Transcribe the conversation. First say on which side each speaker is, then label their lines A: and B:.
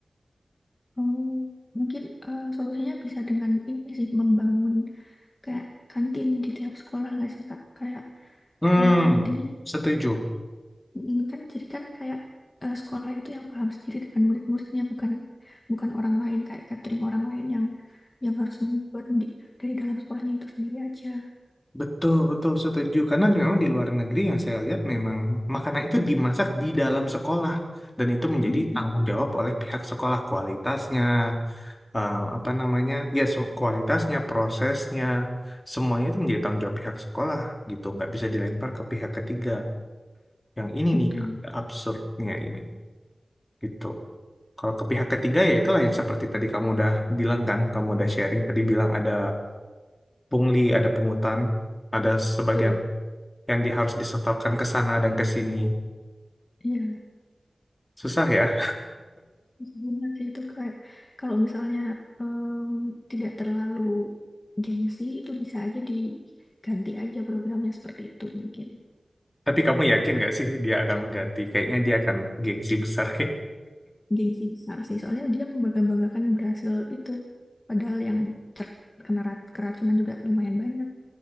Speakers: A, on the left (about 35°); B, on the left (about 20°).
A: Oh, mungkin eh, solusinya bisa dengan ini sih membangun kayak kantin di tiap sekolah nggak sih Kak? Kayak
B: Hmm,
A: eh, kantinnya
B: setuju.
A: mm, kan jadi kan kayak eh, sekolah itu yang paham sendiri dengan murid-muridnya bukan bukan orang lain kayak catering orang lain yang yang harus membuat mendik- dari dalam sekolahnya itu sendiri aja.
B: Betul, betul setuju. Karena memang di luar negeri yang saya lihat memang makanan itu dimasak di dalam sekolah. Dan itu menjadi
A: Mm-mm.
B: tanggung jawab oleh pihak sekolah kualitasnya, eh, apa namanya, ya se- kualitasnya, prosesnya, semuanya itu menjadi tanggung jawab pihak sekolah gitu. Nggak bisa dilempar ke pihak ketiga. Yang ini
A: Betul.
B: nih agak absurdnya ini. gitu. Kalau ke pihak ketiga ya itulah yang seperti tadi kamu udah bilang kan, kamu udah sharing tadi bilang ada pungli, ada pungutan, ada sebagian
A: Betul.
B: yang di harus disetorkan ke sana dan ke sini.
A: Iya.
B: Susah ya.
A: Terus Gimana sih itu kayak kalau misalnya em, tidak terlalu gengsi itu bisa aja diganti aja programnya seperti itu mungkin
B: Tapi kamu yakin gak sih dia akan mengganti? Kayaknya dia akan gengsi besar <laughs> kayak.
A: gengsi besar sih soalnya dia membangga-banggakan berhasil itu padahal yang terkena ra- keracunan juga lumayan banyak